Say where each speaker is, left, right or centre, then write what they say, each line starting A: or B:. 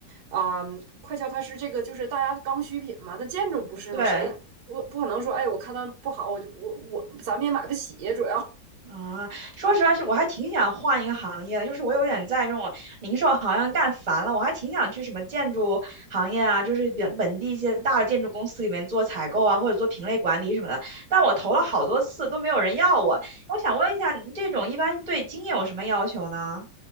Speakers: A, on the right; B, on the right.
A: 啊、嗯快销它是这个，就是大家刚需品嘛。那建筑不是吗？
B: 对，
A: 谁我不可能说，哎，我看它不好，我就我我咱们也买不起，主要。
B: 嗯，说实话是我还挺想换一个行业的就是我有点在这种零售行业干烦了，我还挺想去什么建筑行业啊，就是本本地一些大的建筑公司里面做采购啊，或者做品类管理什么的，但我投了好多次都没有人要我，
A: <laughs>
B: 我想问一下，你这种一般对经验有什么要求呢？